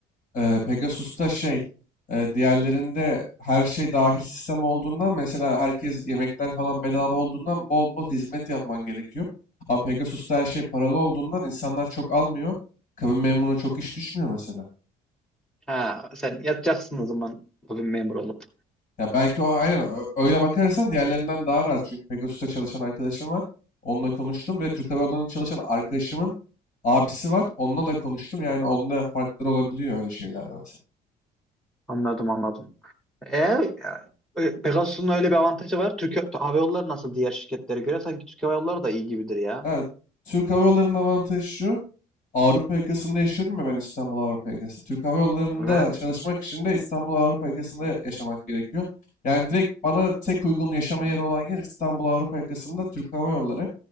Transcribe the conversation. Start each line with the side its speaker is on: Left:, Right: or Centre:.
Left: e, Pegasus'ta şey e, diğerlerinde her şey dahil sistem olduğundan mesela herkes yemekler falan bedava olduğundan bol bol hizmet yapman gerekiyor. Ama Pegasus'ta her şey paralı olduğundan insanlar çok almıyor. Kabin memuruna çok iş düşmüyor mesela.
Centre: Ha sen yatacaksın o zaman bugün memur olup.
Left: Ya belki o aynen ö- öyle bakarsan diğerlerinden daha rahat. Çünkü Pegasus'ta çalışan arkadaşım var. Onunla konuştum ve Türk Hava Yolları'nda çalışan arkadaşımın abisi var. Onunla da konuştum. Yani onda farklar olabiliyor öyle şeylerde mesela.
Centre: Anladım anladım. E, e, Pegasus'un öyle bir avantajı var. Türk Hava Yolları nasıl diğer şirketlere göre? Sanki Türk Hava Yolları da iyi gibidir ya.
Left: Ha, Türk Hava Yolları'nın avantajı şu. Avrupa yakasında yaşıyorum ya ben İstanbul Avrupa yakası. Türk Hava Yolları'nda
Centre: Evet.
Left: çalışmak için de İstanbul Avrupa yakasında yaşamak gerekiyor. Yani direkt bana tek uygun yaşama yeri olan yer İstanbul Avrupa yakasında Türk Hava Yolları.